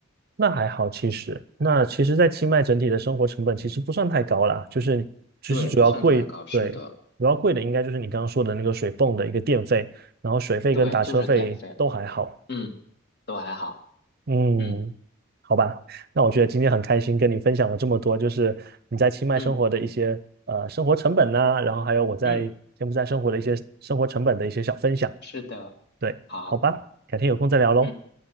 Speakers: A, on the right; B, on the left.
A: 那还好，其实那其实，在清迈整体的生活成本其实不算太高啦，就是其实主要贵，
B: 对，不算太高，是的。
A: 对，主要贵的应该就是你刚刚说的那个水泵的一个电费，然后水费跟打车费都还好。
B: 对，就是电费，嗯，都还好，
A: 嗯，
B: 嗯
A: 好吧，那我觉得今天很开心跟你分享了这么多，就是你在清迈生活的一些呃生活成本呐、
B: 嗯
A: 然后还有我在柬埔寨生活的一些生活成本的一些小分享。
B: 嗯，是的，
A: 对，
B: 好，
A: 好吧，改天有空再聊喽，
B: 嗯，